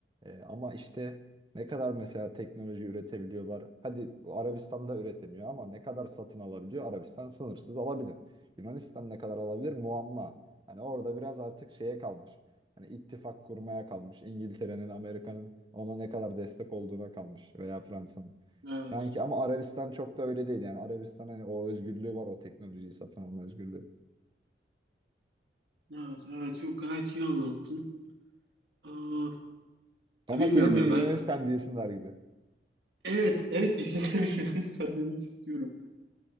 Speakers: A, on the right (about 25°); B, on the right (about 75°).
A: Ee, ama işte ne kadar mesela teknoloji üretebiliyorlar. Hadi Arabistan'da üretemiyor ama ne kadar satın alabiliyor? Arabistan sınırsız alabilir. Yunanistan ne kadar alabilir? Muamma. Hani orada biraz artık şeye kalmış. Hani ittifak kurmaya kalmış. İngiltere'nin, Amerika'nın ona ne kadar destek olduğuna kalmış veya Fransa'nın.
B: Evet.
A: Sanki ama Arabistan çok da öyle değil yani. Arabistan hani o özgürlüğü var, o teknolojiyi satın alma özgürlüğü.
B: Evet. Evet. Yok gayet iyi anlattın. Aa,
A: Ama
B: ya bilmiyorum
A: senin bir
B: ya
A: Yunanistan
B: ben
A: diyesinler gibi.
B: evet evet işine <laughs> Yunanistan demek istiyorum.